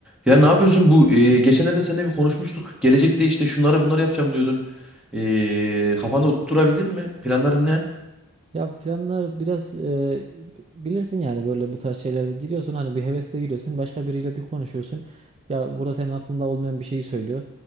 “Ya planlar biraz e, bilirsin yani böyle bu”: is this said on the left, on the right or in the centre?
Right